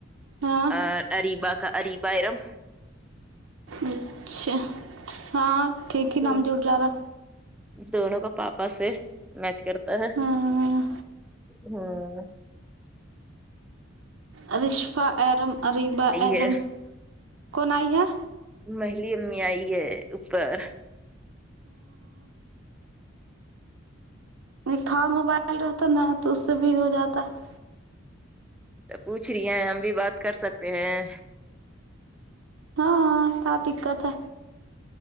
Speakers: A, on the right (about 75°); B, in the centre.
A: ہاں
B: اور اریبا کا اریب بارم
A: اچھا ہاں ٹھیک ہی
B: دونوں
A: نام جڑ جارا
B: دونوں کا پاپا سے میچ کرتا ہے
A: ہاں
B: ہاں
A: آ رشفا ایرم اریبہ ایرم
B: ہے
A: کون آئی ہے
B: میری امی آئی ہے اوپر
A: نکھا موبائل رہتا ہے نا تو اس سے بھی ہو جاتا ہے
B: تو پوچھ رہی ہیں ہم بھی بات کر سکتے ہیں
A: ہاں کیا دقت ہے